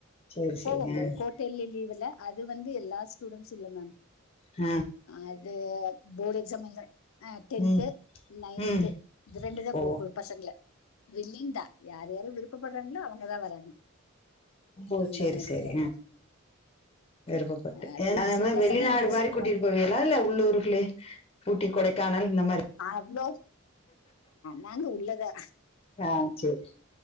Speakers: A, on the left; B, on the left.
A: சேரி
B: போவோ
A: சேரி
B: மேம்
A: ஆ
B: குவார்ட்டர்லி லீவ்ல அது வந்து எல்லா ஸ்டூடெண்டட்ஸ்சு இல்ல மேம்
A: அ
B: அது போர்டு எக்ஸாம் இல்ல அ டென்த்து
A: ம்
B: நையன்த்து
A: ம்
B: இது ரெண்டு தா
A: ஓ
B: கோ கோ பசங்கள வில்லிங் தா யார் யாரு விருப்ப பட்றாங்களோ அவங்கதா வராங்க
A: ரொம்போ
B: அந்த
A: சேரி
B: மாதிரி
A: சேரி
B: தான்
A: விருப்பப்பட்டு
B: அது ஒரு
A: அத
B: சில
A: மாரி
B: பசங்க
A: வெளிநாடு
B: இன்ட்ரெஸ்ட்
A: மாரி
B: இல்லை
A: கூட்டிட் போவிகளா இல்ல உள்ளூருக்குலே ஊட்டி கொடை காணல் இந்த மாரி
B: அவ்வளோ நாங்க உள்ளதா
A: ஆ சேரி சேரி